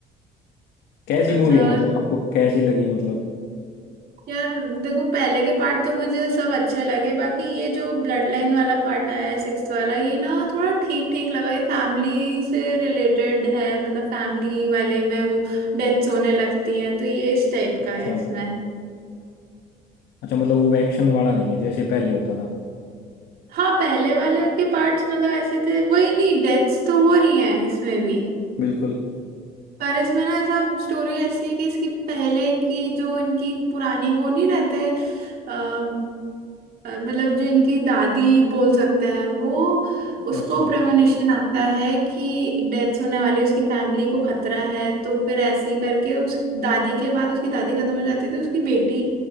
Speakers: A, on the left; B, on the right.
A: कैसी
B: अच्छा
A: मूवी है मतलब आपको कैसी लगी मतलब
B: यार देखो पहले के पार्ट तो मुझे सब अच्छे लगे बाकी ये जो ब्लड लाइन वाला पार्ट आया है सिक्स्थ वाला ये ना थोड़ा ठीक ठीक लगा ये फैमिली से रिलेटेड है मतलब फैमिली वाले में वो डेथ्स होने लगती हैं तो ये इस टाइप
A: अच्छा
B: का है इसमें
A: अच्छा मतलब वो एक्शन वाला नहीं है जैसे पहले होता था
B: हाँ पहले वाले के पार्ट्स मतलब ऐसे थे वही नहीं डेथ्स तो हो रही हैं इसमें भी
A: बिल्कुल
B: पर इसमें ना ऐसा स्टोरी ऐसी है कि इसकी पहले की जो इनकी पुरानी वो नहीं रहते अ, मतलब जो इनकी दादी बोल सकते हैं वो उसको
A: अच्छा
B: प्रेमोनिशन आता है कि डेथ होने वाली है, उसकी फैमिली को खतरा है तो फिर ऐसे ही करके उस दादी के बाद उसकी दादी खत्म हो जाती है तो उसकी बेटी